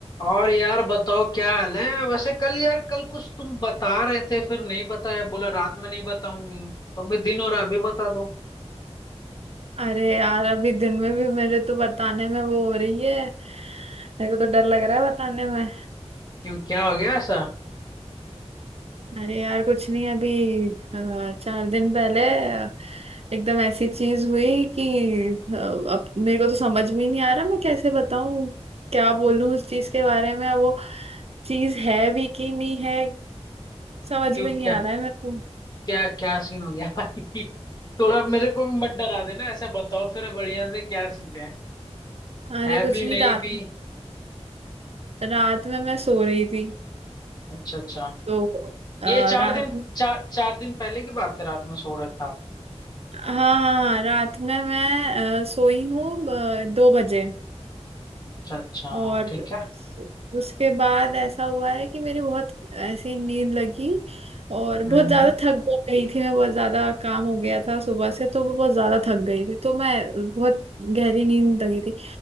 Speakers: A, on the left; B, on the right.
A: और यार बताओ क्या हाल है वैसे कल यार कल कुछ तुम बता रहे थे फिर नहीं बताया बोला रात में नहीं बताऊंगी तो अभी दिन हो रहा अभी बता दो
B: अरे यार अभी दिन में भी मेरे तो बताने में वो हो रही है मेरे को तो डर लग रहा है बताने में
A: क्यों क्या हो गया ऐसा
B: अरे यार कुछ नहीं अभी अ, चार दिन पहले अ, एकदम ऐसी चीज हुई कि अ, अब मेरे को तो समझ में ही नहीं आ रहा मैं कैसे बताऊं क्या बोलूं उस चीज के बारे में अब वो चीज है भी कि नहीं है समझ
A: क्यों
B: में नहीं
A: क्या
B: आ रहा है मेरे को
A: क्या क्या सीन हो गया भाई <laughs> थोड़ा मेरे को भी मत डरा देना ऐसा बताओ फिर बढ़िया से क्या सीन है
B: अरे
A: है
B: कुछ
A: भी
B: नहीं
A: नहीं
B: रात
A: भी
B: रात में मैं सो रही थी
A: अच्छा अच्छा
B: तो अ,
A: ये चार
B: रात
A: दिन चार चार दिन पहले की बात है रात में सो रहे थे आप
B: हाँ हाँ रात में मैं अ, सोई हूँ अ, दो बजे
A: अच्छा अच्छा
B: और
A: हाँ ठीक है
B: उसके बाद ऐसा हुआ है कि मेरी बहुत ऐसी नींद लगी और बहुत
A: हम्म
B: ज्यादा
A: हम्म।
B: थक ग- गई थी मैं बहुत ज्यादा काम हो गया था सुबह से तो वो बहुत ज्यादा थक गई थी तो मैं बहुत गहरी नींद लगी थी